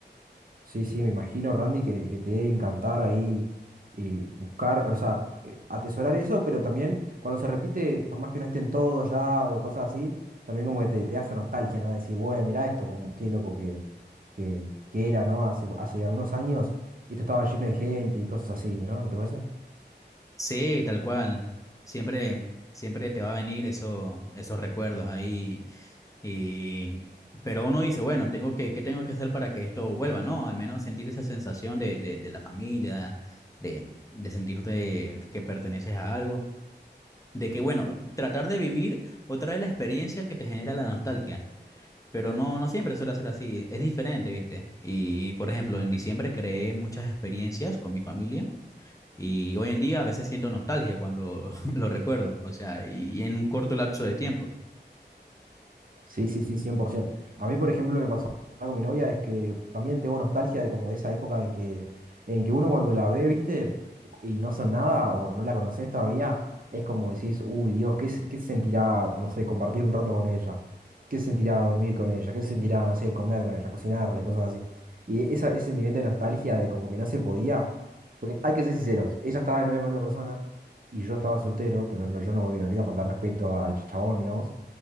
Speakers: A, on the right; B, on the left.
A: Sí, sí, me imagino, Randy, que, que te debe encantar ahí eh, buscar, o sea, eh, atesorar eso, pero también cuando se repite, por más que no estén todos ya o cosas así, también como que te, te hace nostalgia, ¿no? Decir, güey, mirá esto, como, qué loco que, que, que era, ¿no? Hace, hace algunos años esto estaba lleno de gente y cosas así, ¿no? ¿No te parece?
B: Sí, tal cual. Siempre, siempre te va a venir eso, esos recuerdos ahí. Y, pero uno dice, bueno, tengo que, ¿qué tengo que hacer para que esto vuelva, ¿no? Al menos sentir esa sensación de, de, de la familia, de, de sentirte que perteneces a algo. De que, bueno, tratar de vivir otra vez la experiencia que te genera la nostalgia. Pero no, no siempre suele ser así. Es diferente, ¿viste? Y, por ejemplo, en diciembre creé muchas experiencias con mi familia. Y hoy en día a veces siento nostalgia cuando <laughs> lo recuerdo. O sea, y, y en un corto lapso de tiempo.
A: Sí, sí, sí, 100%. A mí, por ejemplo, lo que pasaba con mi novia es que también tengo nostalgia de como de esa época en que, en que uno cuando la ve, viste, y no son nada o no la conoces todavía, es como decís, uy, Dios, ¿qué, se- qué se sentirá, no sé, compartir un rato con ella? ¿Qué se sentirá dormir con ella? ¿Qué se sentirá, no sé, comer con ella, cocinarle, cosas así? Y esa, ese sentimiento de nostalgia de como que no se podía, porque hay que ser sinceros, ella estaba de novia con otra persona y yo estaba soltero, pero no, yo no, no le iba a faltar respeto al chabón, digamos.